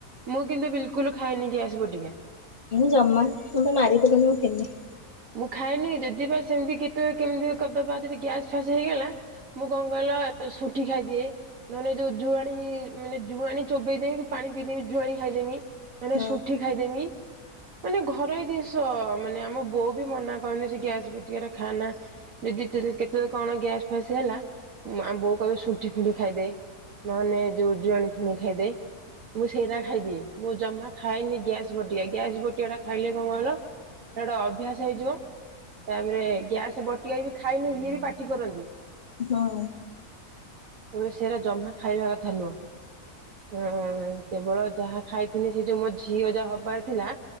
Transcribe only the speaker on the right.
ମୁଁ କିନ୍ତୁ ବିଲ୍କୁଲ୍ ଖାଏନି ଗ୍ୟାସ୍ ବଟିକା।
ମୁଁ ଖାଏନି ଯଦି ବା ସେମତି କେତେବେଳେ କେମତି କଦବା ଯଦି ଗ୍ୟାସ୍ ଫ୍ୟାସ୍ ହେଇଗଲା। ମୁଁ କଣ କହିଲ ଶୁଣ୍ଠି ଖାଇଦିଏ। ନହଲେ ଏ ଯୋଉ ଜୁଆଣି ମାନେ ଜୁଆଣି ଚୋବେଇଦେଇକି ପାଣି ପିଇଦେବି ଜୁଆଣି ଖାଇଦେମି। ମାନେ
ଶୁଣ୍ଠି ଖାଇଦେମି ମାନେ ଘରୋଇ ଦିନିଷ ମାନେ ଆମ ବୋ ଉ ବି ମନା କରନ୍ତି ସେ ଗ୍ୟାସ୍ ବଟିକାରା ଖାଆନା। ଯଦି ତେଲେ କେତେବେଳେ କଣ ଗ୍ୟାସ ଫ୍ୟାସ୍ ହେଲା ଆମ ବୋଉ କହିବେ ଶୁଣ୍ଠି ଫୁଣ୍ଠି ଖାଇଦେ। ନହେଲେ ଯୋଉ ଜୁଆଣି ଫୁଆଣି ଖାଇଦେ। ମୁଁ ସେଇଟା ଖାଇଦିିଏ ମୁଁ ଜମା ଖାଏନି ଗ୍ୟାସ୍ ବଟିଆ ଗ୍ୟାସ୍ ବଟିକାଟା ଖାଇଲେ କଣ କହିଲ। ସେଇଟା ଅ ଭ୍ୟାସ ହେଇଯିବ ତାପରେ ଗ୍ୟାସେ ବଟିକା ବି ଖାଇଲେ ଇଏ ବି ପାଟି କରନ୍ତି।
କହିବେ ସେରା ଜମା ଖାଇବା କଥା ନୁହଁ। ହଁ ହଁ ହଁ କେବଳ ଯାହା ଖାଇଥିଲି ସେ ଯୋଉ ମୋ ଝିଅ ଯା ହବାର ଥିଲା।